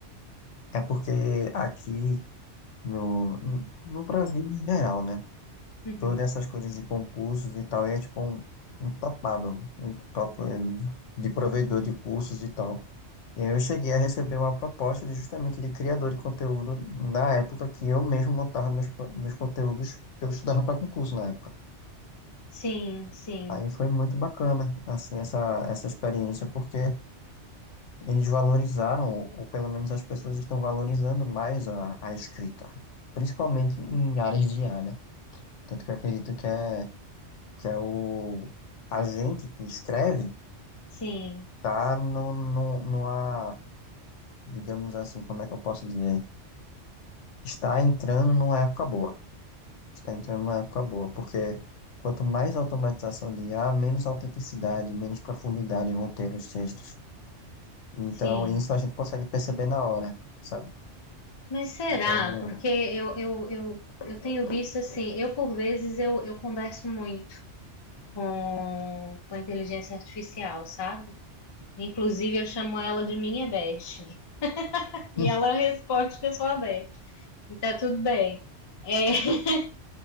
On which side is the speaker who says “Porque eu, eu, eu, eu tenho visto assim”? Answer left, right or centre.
Left